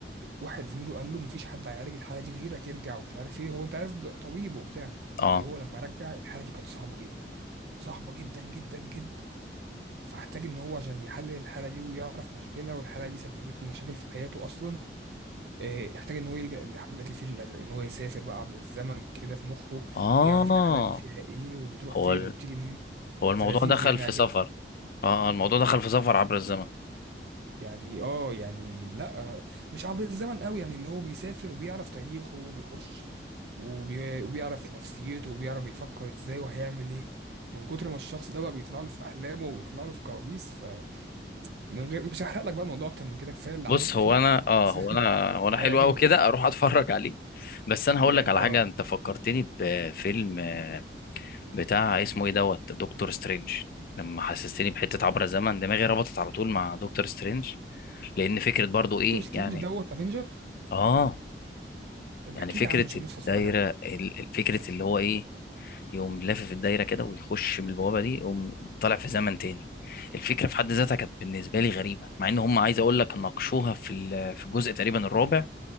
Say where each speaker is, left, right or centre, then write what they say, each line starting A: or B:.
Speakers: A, on the right; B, on the left.
A: واحد زميله قال له مفيش حد هيعالج الحاله دي غيرك يرجع ومش عارف ايه هو انت عارف ده طبيب وبتاع
B: اه
A: فهو لما رجع الحاله دي كانت صعبه جدا صعبه جدا جدا جدا فاحتاج ان هو عشان يحلل الحاله دي ويعرف مشاكلها والحاله دي سببت له مشاكل في حياته اصلا آه، احتاج ان هو يلجأ لحبات الفيل الازرق ان هو يسافر بقى عبر الزمن كده في مخه
B: اه
A: ويعرف الحاله دي فيها ايه وبتروح
B: هو
A: فين
B: ال...
A: وبتيجي منين
B: هو الموضوع
A: فلذيذ
B: دخل
A: يعني
B: في
A: عجبك
B: سفر اه آه، الموضوع دخل في سفر عبر الزمن
A: يعني اه يعني لا آه، مش عبر الزمن قوي يعني اللي هو بيسافر وبيعرف تاريخه وبيخش وبي- وبيعرف نفسيته وبيعرف بيفكر ازاي وهيعمل ايه من كتر ما الشخص ده بقى بيطلع له في احلامه وبيطلع له في كوابيس من غير مش هحرق لك بقى الموضوع اكتر من كده كفايه اللي
B: بص
A: عملته
B: هو
A: فيك
B: انا
A: بس
B: اه هو انا
A: <laughs>
B: هو انا
A: هيعجبك
B: حلو قوي كده اروح اتفرج عليه بس انا هقول
A: يعني
B: لك على
A: اه
B: حاجة انت فكرتني بفيلم آه، بتاع اسمه ايه دوت دكتور سترينج لما حسستني بحتة عبر الزمن دماغي ربطت على طول مع دكتور سترينج لأن فكرة برضو
A: دكتور
B: ايه
A: سترينج
B: يعني
A: دوت افنجر
B: اه
A: طب
B: يعني
A: احكي
B: فكرة
A: لي عنه عشان
B: الدايرة
A: نفسي اتفرج عليه
B: ال- ال- فكرة اللي هو ايه يقوم لافف الدايرة كده ويخش من البوابة دي يقوم طالع في زمن تاني الفكرة في حد ذاتها كانت بالنسبة لي غريبة مع ان هم عايز اقول لك ناقشوها في ال- في الجزء تقريبا الرابع